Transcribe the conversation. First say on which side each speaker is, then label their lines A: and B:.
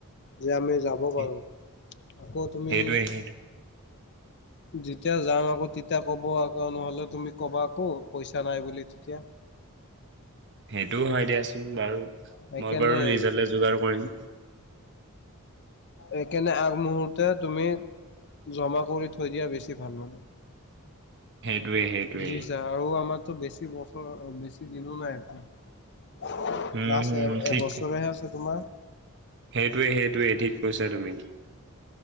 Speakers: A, on the left; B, on the right.
A: যে আমি যাব
B: সেই-
A: পাৰোঁ আকৌ তুমি
B: সেইটোৱে সেইটো
A: যেতিয়া যাম আকৌ তেতিয়া ক'ব আকৌ নহ'লে তুমি ক'বা আকৌ পইচা নাই বুলি তেতিয়া,
B: সেইটোও হয় দিয়াচোন বাৰু
A: সেইকাৰণে
B: মই বাৰু ৰিজাল্ট যোগাৰ কৰিম <unintelligible>
A: এইকাৰনে আগমুহূৰ্ত তুমি জমা কৰি থৈ দিয়া বেছি ভাল মানে
B: সেইটোৱে সেইটোৱে
A: বুজি পাইছা আৰু আমাৰতো বেছি বছৰ বেছি দিনো নাই একো
B: উম
A: লাষ্ট
B: হম
A: এ
B: ঠিক
A: এবছৰেহে আছে তোমাৰ,
B: সেইটোৱে সেইটোৱে ঠিক কৈছা তুমি